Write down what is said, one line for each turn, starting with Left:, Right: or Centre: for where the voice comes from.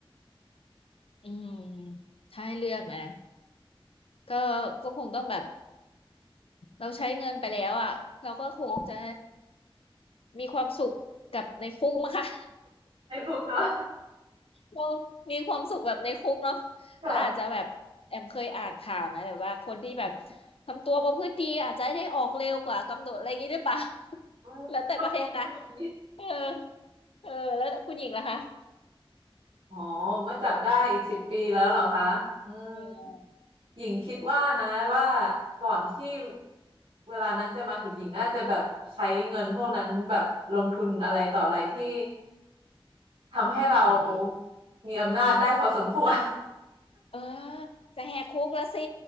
Left: อืมถ้าให้เลือกนะก็ก็คงต้องแบบเราใช้เงินไปแล้วอ่ะเราก็คงจะมีความสุขกับในคุกมั้งคะ
Right: ไม่รู้เนาะ
Left: เรามีความสุขแบบในคุกเนาะแล้วอาจจะแบบแอมเคยอ่านข่าวนะแบบว่าคนที่แบบ
Right: <laughs> ค่ะ
Left: ทำตัวประพฤติดีอาจจะได้ออกเร็วกว่ากำหนดอะไรอย่างนี้หรือเปล่า
Right: อืมก็มีก็มี
Left: <laughs> แล้วแต่ประเทศนะเออเออแล้วคุณหญิงล่ะคะ
Right: อ๋อเมื่อจับได้อีกสิบปีแล้วเหรอคะอืม
Left: อืม
Right: หญิงคิดว่านะว่าก่อนที่เวลานั้นจะมาถึงหญิงน่าจะแบบใช้เงินพวกนั้นแบบลงทุนอะไรต่ออะไรที่ ทำให้เรา
Left: อืม
Right: มีอำนาจได้พอสมควร <laughs>
Left: เออจะแหกคุกแล้วสิ